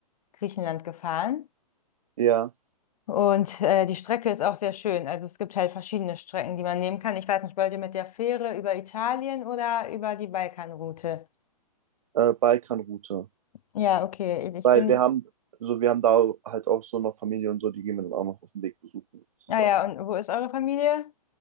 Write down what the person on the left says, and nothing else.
Griechenland gefahren.
Und äh, die Strecke ist auch sehr schön. Also es gibt halt verschiedene Strecken, die man nehmen kann. Ich weiß nicht, wollt ihr mit der Fähre über Italien oder über die Balkanroute?
Ja, okay. Ich
bin.
Ah ja, und wo ist eure Familie?